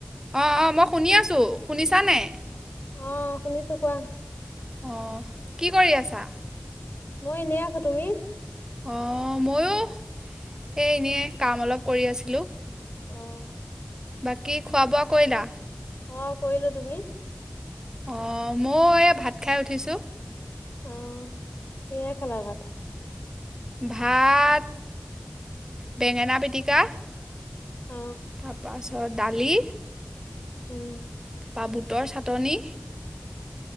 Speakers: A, on the right (about 15°); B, on the left (about 65°).
A: অ, অ মই শুনি আছো, শুনিছা নাই?
B: অ শুনিছো কোৱা
A: অহ কি কৰি আছা?
B: মই এনেই আছো তুমি
A: অ মইয়ো এ এনেই কাম অলপ কৰি আছিলো।
B: অহ
A: বাকী খোৱা বোৱা কৰিলা?
B: অ কৰিলো তুমি
A: অ মই এই, ভাত খাই উঠিছো।
B: অহ, কিহে খালা ভাত?
A: ভাত, বেঙেনা পিটিকা
B: অ
A: তাৰপাছত দালি
B: উম
A: তাৰপৰা বুটৰ চাটনি,